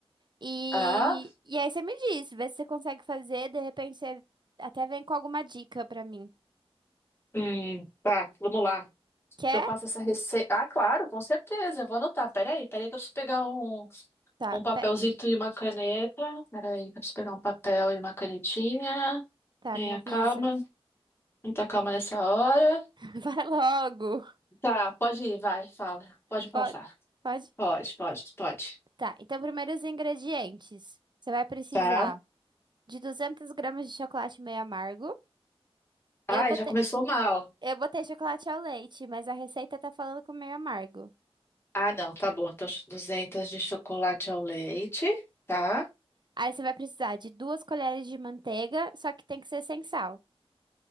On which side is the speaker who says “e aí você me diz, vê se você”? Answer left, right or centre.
Right